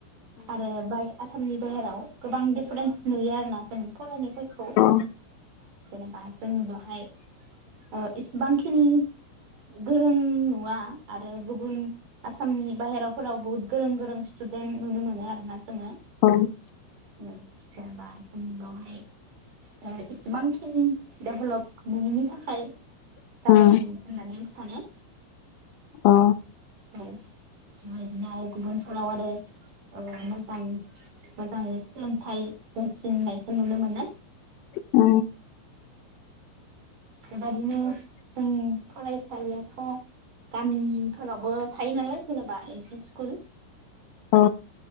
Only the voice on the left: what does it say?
औ
औ।
उम
अ।
औ।
औ।